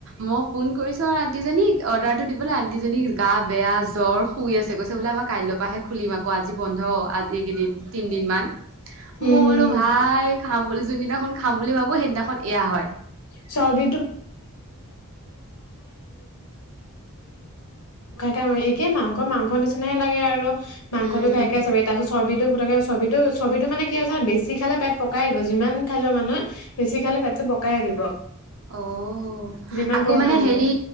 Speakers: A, on the right; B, on the left.
A: মই ফোন কৰিছো আৰু আণ্টিজনীক, অৰ্ডাৰটো দিবলৈ, আণ্টিজনীৰ গা বেয়া জ্বৰ শুই আছে। কৈছে, আমাৰ কাইলৈ পৰাহে খুলিম আকৌ, আজি বন্ধ, আজি এই কেইদিন তিনিদিনমান।
B: উম।
A: মই বোলো ভাই, খাম বুলি, যোনদিনাখন খাম বুলি ভাবো সেইদিনাখন এয়া হয়।
B: <unintelligible> খাই, খাই, একে মাংস- মাংস নিচিনাহে লাগে আৰু, মাংসতো
A: উম।
B: খাই-খাই, চাবে তাৰপিছত চৰ্বিটো পটকে, চৰ্বিটো-চৰ্বিটো মানে কি হৈছে, বেছি খালে পেট পকাই দিব, যিমান খালেই মানুহে বেছি খালে পেটটো পকাই দিব।
A: অহ,
B: যিমান
A: আকৌ
B: পুৰণা
A: মানে
B: হ'লেও
A: হেৰি